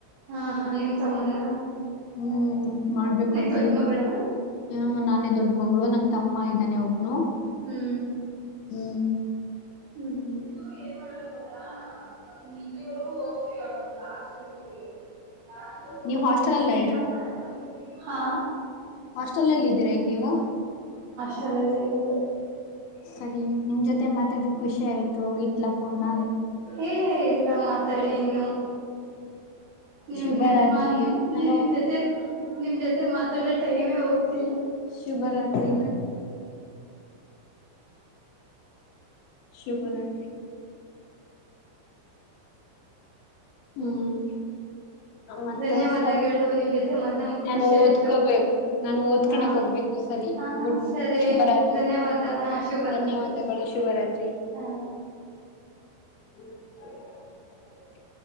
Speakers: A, on the right; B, on the left.
A: ಹಾ ಹಾ ನಿಮ ತಮ್ಮಣ
B: ಹ್ಮ್ ಮಾಡ್ಬೇಕು ಅಂತ
A: ದೊಡ್ಡ
B: ಇದು
A: ಮಗಳ
B: ಹ ನಾನೇ ದೊಡ್ ಮಗಳು ನಂ ತಮ್ಮ ಇದ್ದಾನೆ ಒಬ್ನು
A: ಹ್ಮ್
B: ಹ್ಮ್
A: ಹ್ಮ್ <unintelligible> <unintelligible>
B: ನೀವ್ ಹಾಸ್ಟೆಲ್ ಅಲ್ಲ
A: ಹಾ
B: ಹಾಸ್ಟೆಲ್ಲಲ್ಲಿ ಇದ್ದೀರಾ ಈಗ ನೀವು
A: ಚಲಲೇ ಇರೋದು
B: ಸರಿ ನಿಮ್ ಜೊತೆ ಮಾತಾಡಿದ ಖುಷಿ ಆಯ್ತು ಇಡ್ಲಾ ಫೋನ್ನ
A: ಏ ಇಲ್ಲ ಮಾತಾಡಿ ಇನ್ನು ನೀ
B: ಶುಭರಾತ್ರಿ
A: ನಿಮ ನಿಮ ನೀ
B: ನಾನು
A: ನಿಮ್ ಜೊತೆ ನಿಮ್ ಜೊತೆ ಮಾತಾಡ್ರ ಟೈಮೇ ಹೋಗ್ತಿಲ್ಲ
B: ಶುಭರಾತ್ರಿ ಶುಭರಾತ್ರಿ ಹ್ಮ್
A: ಹಾ
B: ಮತ್ತೆ
A: ಧನ್ಯವಾದಗಳು
B: ಸರಿ
A: ನಿಮ್ ಜೊತೆ ಮತ್ ನಮಗೂ
B: ನಾನು
A: ಖುಷಿ
B: ಓದ್ಕೋಬೇಕ
A: ಆಯ್ತು
B: ನಾನು ಓದ್ಕನಕ್
A: ಹಾ
B: ಹೋಗ್ಬೇಕು ಸರಿ
A: ಹಾ
B: ಗುಡ್
A: ಸರಿ
B: ಶುಭರಾತ್ರಿ
A: ಧನ್ಯವಾದ ಶುಭರಾತ್ರಿ
B: ಧನ್ಯವಾದಗಳು ಶುಭರಾತ್ರಿ
A: ಹಾ
B: <inaudible>